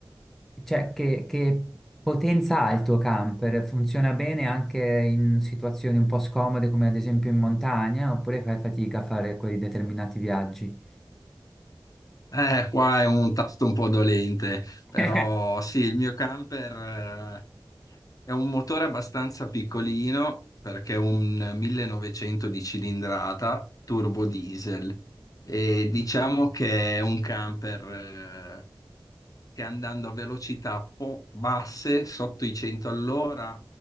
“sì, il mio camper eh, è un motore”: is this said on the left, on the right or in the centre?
Left